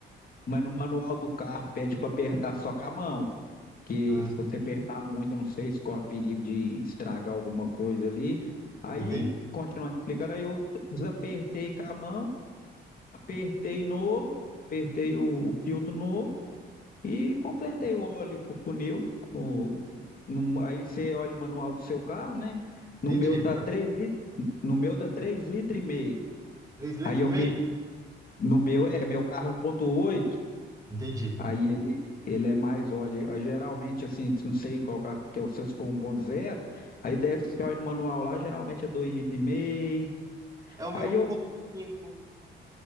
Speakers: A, on the left; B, on the right.
A: Mas no manual do carro pede para apertar só com a mão. Porque
B: Ah,
A: se você apertar muito, não sei, se corre perigo de estragar alguma coisa ali. Aí,
B: entendi,
A: continuando explicando, aí eu desapertei com a mão, apertei novo, apertei o, o filtro novo e completei o óleo com o funil. Com, no- aí você olha o manual do seu carro, né?
B: entendi.
A: No meu tá
B: Pra-
A: 3 litros, no meu tá 3 litros e meio.
B: Três litros
A: Aí eu
B: e
A: me,
B: meio?
A: no meu é, meu carro é um ponto oito.
B: Entendi.
A: Aí ele, ele é mais, olha, eu geralmente assim, não sei qual carro que é o seu, se for um ponto zero aí deve ser olha no manual lá, geralmente é 2,5 litros.
B: É o meu
A: Aí eu,
B: um ponto cinco.